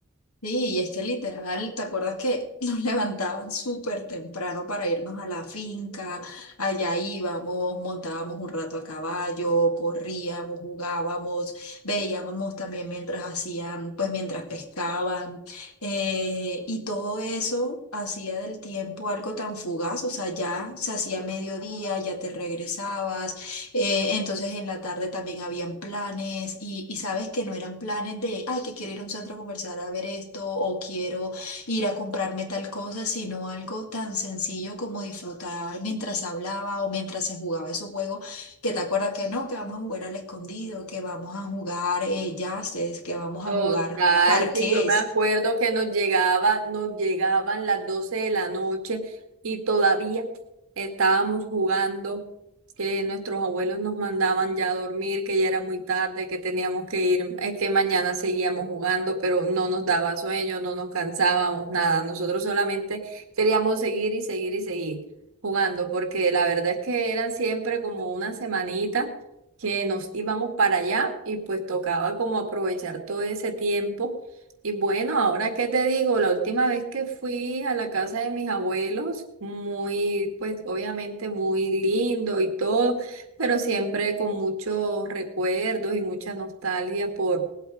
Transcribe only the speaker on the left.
Sí, y es que literal, ¿te acuerdas que <laughs> nos levantaban súper temprano para irnos a la finca? Allá íbamos, montábamos un rato a caballo, corríamos, jugábamos, veíamos también mientras hacían, pues mientras pescaban, eh, y todo eso hacía del tiempo algo tan fugaz, o sea, ya se hacía mediodía, ya te regresabas. Eh, entonces en la tarde también habían planes y, y sabes que no eran planes de, ay, que quiero ir a un centro comercial a ver esto o quiero ir a comprarme tal cosa, sino algo tan sencillo como disfrutar mientras hablaba o mientras se jugaba esos juegos que te acuerdas que no, que vamos a jugar al escondido, que vamos a jugar eh, yaces, que vamos
a jugar parques